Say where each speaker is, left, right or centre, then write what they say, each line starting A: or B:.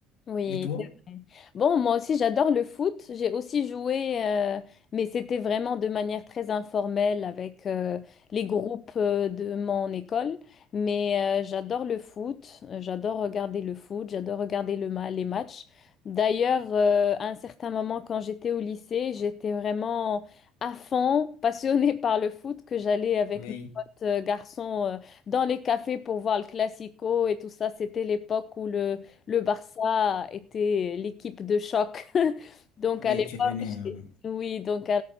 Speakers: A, on the left; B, on the left.
A: Oui,
B: Et toi?
A: c'est vrai. Bon, moi aussi, j'adore le foot. J'ai aussi joué, euh, mais c'était vraiment de manière très informelle avec euh, les groupes euh, de mon école. Mais euh, j'adore le foot. Euh, J'adore regarder le foot. J'adore regarder le ma- les matchs. D'ailleurs, euh, à un certain moment, quand j'étais au lycée, j'étais vraiment à fond, passionnée <laughs> par le foot, que j'allais avec
B: Oui,
A: mes potes euh, garçons euh, dans les cafés pour voir le Classico et tout ça. C'était l'époque où le le Barça était l'équipe de choc. <laughs> Donc
B: oui,
A: à l'époque,
B: tu es venu.
A: j'ai- oui, donc à,